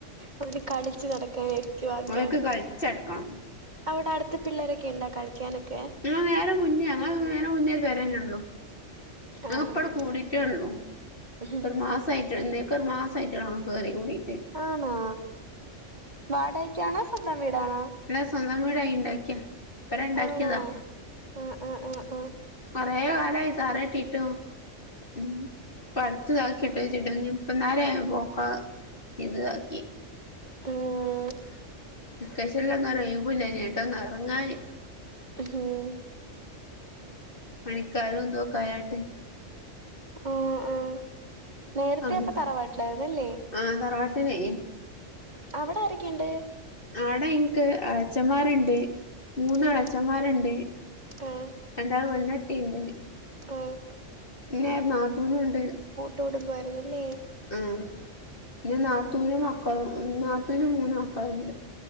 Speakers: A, on the right; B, on the left.
A: അവന് കളിച്ചു നടക്കാനായിരിക്കും ആഗ്രഹം.
B: ഓൻക്ക് കളിച്ചടക്കണം
A: അവടെ അടുത്ത് പിള്ളാരൊക്കെ ഒണ്ടോ കളിക്കാനൊക്കെ?
B: ഞങ്ങളെ നേരെ മുന്നേ ഞങ്ങളെ നേരെ മുന്നേ ഒരു പേരെന്നേള്ളു. ഞാൻ
A: ആഹ്
B: ഒപ്പടെ
A: ആഹ്
B: കൂടിട്ടോ ഉള്ളൂ
A: ആഹ്
B: ഒരു മാസയിട്ട് എന്നെ ഇപ്പോ ഒരു മാസയിട്ട് ആയിട്ടൊള്ളു കേറികൂടിട്ട്.
A: ആണോ വാടയ്ക്കാണോ സ്വന്തം വീടാണോ?
B: അല്ല സ്വന്തം വീട് ആയു ഉണ്ടാക്കിയാത ഇവര് ഒണ്ടാക്കിയതാ.
A: ആണോ ആഹ് ആഹ് ആഹ് ആഹ്
B: കൊറെ കാലായി തറയിൽക്കിട്ടും ഉം ഇപ്പ അടുത് കാല ഇട്ടേച്ച് ഇടർഞ്ഞും ഇപ്പം താഴെ പോക്ക ഇതാക്കി.
A: ആഹ്
B: വെക്കേസനിൽ ഒന്നും ഒരു ഒഴിവും ഇല്ലാരുന്നു എങ്ങാട്ടോ ഒന്ന് ഒറങ്ങാന്.
A: ഹ് ഉം
B: പണിക്കാർ എന്തോ കയാട്ടേ
A: ആഹ് ആഹ് നേരത്തെ
B: അങ്ങ്
A: അപ്പം തറവാട്ടിലായിന്നല്ലേ?
B: ആഹ് തറവാട്ടിലെ
A: അവിടെ ആരൊക്കെയുണ്ട്?
B: അവിടെ എനിക്ക് അച്ചന്മാരുണ്ട് മൂന്ന്
A: ആഹ്
B: എളച്ച മാരുണ്ട്
A: ആഹ്
B: രണ്ടാൾ പെണ്ണാട്ടിയുണ്ട്.
A: ആഹ്
B: പിന്നെ ഒരു നാത്തൂനും ഒണ്ട്.
A: ടുംബം ആയിരുന്നില്ലേ?
B: ഉം പിന്നെ നാത്തൂന് മക്കളും നാത്തൂന് മൂന്ന് മക്കൾ ഒണ്ട്.